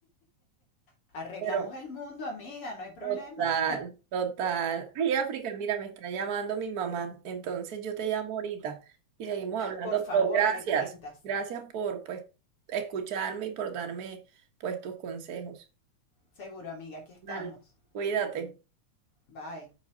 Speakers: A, on the left; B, on the right.
A: arreglamos
B: Pero
A: el mundo, amiga, no hay problema.
B: total, total. Ay, África, mira, me está llamando mi mamá. Entonces yo te llamo ahorita y seguimos hablando.
A: Por favor,
B: Pero gracias,
A: me cuentas.
B: gracias por pues escucharme y por darme pues tus consejos.
A: Seguro, amiga, aquí estamos.
B: vale cuídate.
A: Bye.